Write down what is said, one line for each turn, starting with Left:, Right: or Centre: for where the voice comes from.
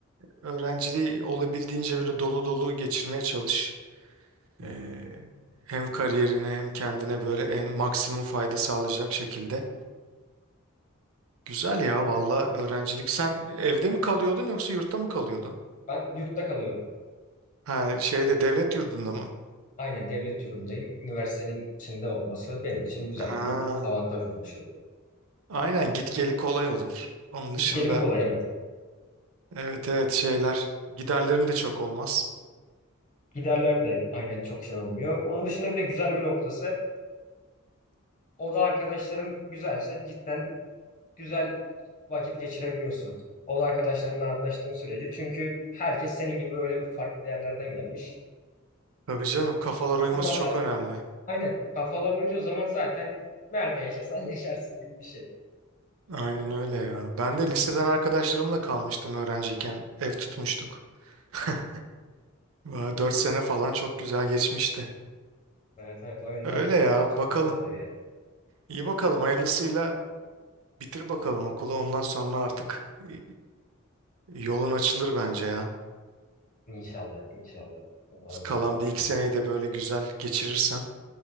Right: öğrenciliği olabildiğince böyle dolu dolu geçirmeye çalış.
Left: Hı
Right: E,
Left: hı.
Right: hem kariyerine hem kendine böyle en maksimum fayda sağlayacak şekilde. Güzel ya valla öğrencilik. Sen evde mi kalıyordun yoksa yurtta mı kalıyordun?
Left: Ben yurtta kalıyorum.
Right: Ha şeyde devlet yurdunda mı?
Left: Aynen devlet yurdundayım. Üniversitenin içinde olması benim için güzel
Right: Ha,
Left: bir avantaj olmuş oldu.
Right: aynen git geli kolay olur. Onun dışında
Left: Git gelim kolay evet.
Right: evet evet şeyler giderlerin de çok olmaz.
Left: Giderler de aynen çok şey olmuyor. Onun dışında bir de güzel bir noktası. Oda arkadaşların güzelse cidden güzel vakit geçirebiliyorsun. Oda arkadaşlarınla anlaştığın sürece. Çünkü herkes senin gibi böyle farklı yerlerden gelmiş.
Right: Tabii canım kafalar uyuması
Left: Onlarla
Right: çok önemli.
Left: aynen kafalar uyduğu zaman zaten nerede yaşasan <laughs> yaşarsın gibi bir şey.
Right: Aynen öyle ya. Ben de liseden arkadaşlarımla kalmıştım öğrenciyken.
Left: Hı
Right: Ev
Left: hı.
Right: tutmuştuk. <laughs> 4 sene falan çok güzel geçmişti.
Left: Evet evet o yönden
Right: Öyle ya
Left: cidden çok
Right: bakalım.
Left: güzel oluyor yani.
Right: İyi bakalım hayırlısıyla bitir bakalım okulu ondan sonra artık e, yolun açılır bence ya.
Left: İnşallah inşallah. Umarım
Right: Kalan
Left: öyle olur.
Right: bir iki seneyi de böyle güzel geçirirsen.